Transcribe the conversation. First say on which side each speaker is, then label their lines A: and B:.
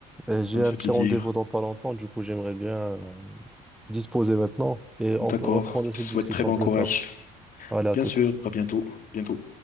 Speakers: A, in the centre; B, on the left (about 50°).
A: Et j'ai
B: Ça me fait
A: un petit
B: plaisir.
A: rendez-vous dans pas longtemps, du coup, j'aimerais bien euh, disposer maintenant et on
B: D'accord.
A: peut reprendre
B: Je
A: cette
B: te souhaite
A: discussion
B: très bon
A: plus
B: courage.
A: tard. Allez, à
B: Bien
A: toute.
B: sûr, à bientôt. Bientôt.